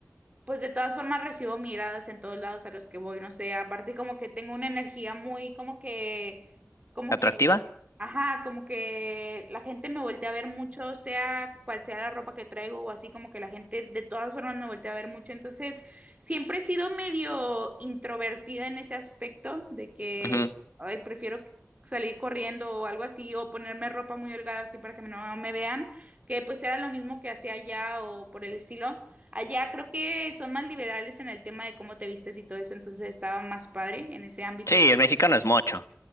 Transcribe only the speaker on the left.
¿Atractiva?
Ujú.
Sí,
el mexicano es mocho.